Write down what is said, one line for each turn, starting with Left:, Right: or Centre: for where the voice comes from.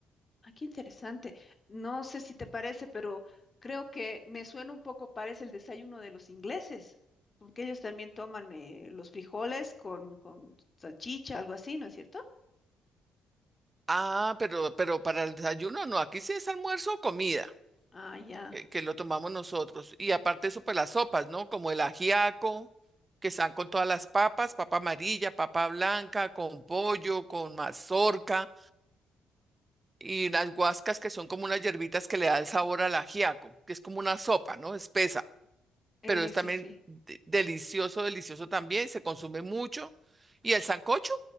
Left: ah, qué interesante. No sé si te parece, pero creo que me suena un poco, parece el desayuno de los ingleses, porque ellos también toman eh, los frijoles con, con salchicha, algo así, ¿no es cierto?
Right: Ah, pero, pero para el desayuno no, aquí sí es almuerzo o comida.
Left: Ah, ya.
Right: eh, que lo tomamos nosotros. Y aparte eso, pues las sopas, ¿no? Como el ajiaco, que están con todas las papas, papa amarilla, papa blanca, con pollo, con mazorca, y las guascas que son como unas hierbitas que le da el sabor al ajiaco, que es como una sopa, ¿no? Espesa,
Left: Eh,
Right: pero es también
Left: sí, sí.
Right: de- delicioso, delicioso también, se consume mucho. Y el sancocho.